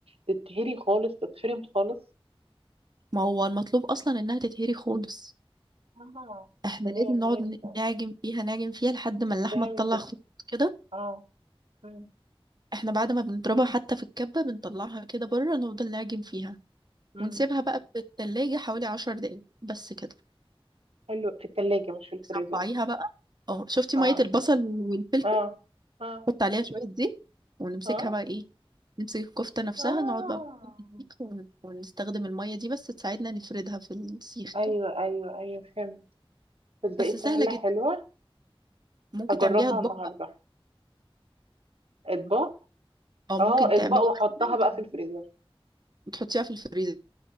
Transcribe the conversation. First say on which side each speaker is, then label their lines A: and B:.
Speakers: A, on the right; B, on the right.
A: تتهري خالص تتفرم خالص
B: ما هو المطلوب اصلا انها تتهري خالص
A: اه
B: احنا
A: تمام
B: لازم نقعد
A: ماشي
B: ن- نعجن فيها نعجن فيها لحد ما اللحمه
A: فهمتك
B: تطلع خطوط كده
A: اه مم.
B: احنا بعد ما بنضربها حتى في الكبه بنطلعها كده بره نفضل نعجن فيها
A: مم.
B: ونسيبها بقى في التلاجة حوالي عشر دقايق بس كده
A: حلو في التلاجة مش في الفريزر
B: صبعيها بقى اه شفتي
A: اه
B: ميه البصل والفلفل
A: اه اه
B: حط عليها شويه زيت ونمسكها
A: اه
B: بقى ايه نمسك الكفته نفسها
A: اه
B: نقعد بقى في السيخ ون- ونستخدم الميه دي بس تساعدنا نفردها في السيخ
A: ايوه
B: كده
A: ايوه ايوه فهمت تصدقي
B: بس سهله
A: سهلة
B: جدا
A: حلوة
B: ممكن
A: هجربها
B: تعمليها اطباق
A: النهاردة اطباق
B: او
A: اه
B: ممكن تعملي
A: اطباق واحطها
B: مثلا
A: بقى
B: كده
A: في الفريزر
B: وتحطيها في الفريزر